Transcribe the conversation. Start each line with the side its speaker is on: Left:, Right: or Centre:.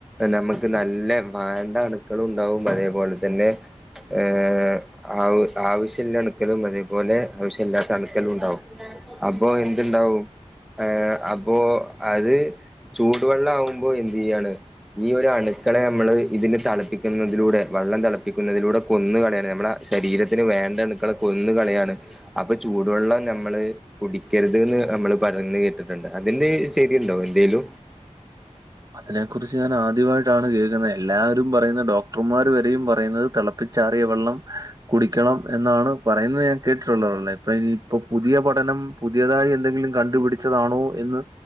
Centre: നമ്മക്ക് നല്ല വേണ്ട അണുക്കളും ഉണ്ടാവും അതേപോലെ തന്നെ ഏഹ് ആ ആവശ്യള്ള അണുക്കലും അതേപോലെ ആവശ്യല്ലാത്ത അണുക്കലുണ്ടാവും അപ്പോഎന്ത്ണ്ടാവും ഏ അപ്പോ അത് ചൂടുവെള്ളം ആവുമ്പോ എന്തെയ്യാണ് ഈ ഒരു അണുക്കളെ അമ്മള് ഇതിനെ തളപ്പിക്കുന്നതിലൂടെ വള്ളം തളപ്പിക്കുന്നതിലൂടെ കൊന്നുകളയാണ് നമ്മളെ ശരീരത്തിന് വേണ്ട അണുക്കളെ കൊന്നു കളയാണ് അപ്പൊ ചൂടുവെള്ളം ഞമ്മ നമ്മള് കുടിക്കരുത് ന്ന് നമ്മള് പറഞ്ഞു കേട്ടിട്ടുണ്ട് അതില് ശരിയുണ്ടോ എന്തേലും
Right: അതിനെ കുറിച്ച് ഞാൻ ആദ്യമായിട്ടാണ് കേൾക്കുന്നെ എല്ലാരും പറയുന്നേ ഡോ <unintelligible> വരെയും പറയുന്നത് തെളപ്പിച്ചാറിയ വെള്ളം കുടിക്കണം എന്നാണ് പറയുന്നത് ഞാൻ കേട്ടിട്ടുള്ളത്. ഇപ്പൊ ഇനിയിപ്പോ പുതിയ പഠനം പുതിയതായി എന്തെങ്കിലും കണ്ടുപിടിച്ചതാണോ എന്ന്